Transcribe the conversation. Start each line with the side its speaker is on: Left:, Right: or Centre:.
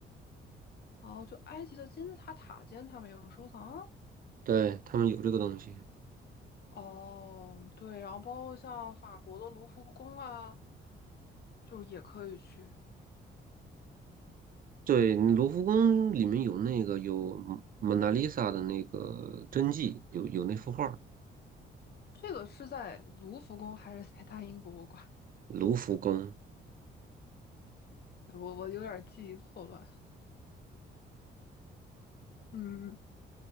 Left: 哦，就埃及的金字塔塔尖，他们也有收藏。
Right: 对，他们有这个东西。
Left: 哦，对，然后包括像法国的卢浮宫啊，就是也可以去。
Right: 对，卢浮宫里面有那个有蒙娜丽莎的那个真迹，有有那幅画儿
Left: 这个是在卢浮宫还是在大英博物馆？
Right: 卢浮宫，
Left: 对我我有点记忆错乱。嗯，